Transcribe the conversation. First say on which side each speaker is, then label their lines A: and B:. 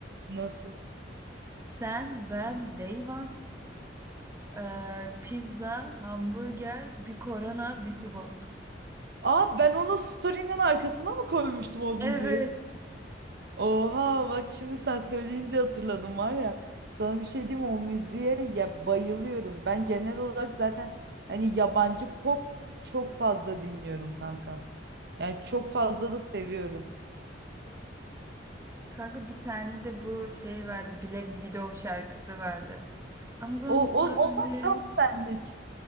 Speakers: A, on the right; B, on the right.
A: Nasıl?
B: Sen, ben, Dayvan, eee, pizza, hamburger, bir korona, bir tuborg.
A: Aa ben onu story'nin arkasına mı koymuştum o müziği?
B: Evet.
A: Oha bak şimdi sen söyleyince hatırladım var ya. Sana bir şey diyeyim mi? o müziğe ya bayılıyorum. Ben genel olarak zaten hani yabancı pop çok fazla dinliyorum kanka. Yani çok fazla da seviyorum.
B: Kanka bir tane de bu şey vardı Black Widow şarkısı vardı. I'm gonna
A: O, o
B: love
A: onlar
B: you.
A: tam senlik.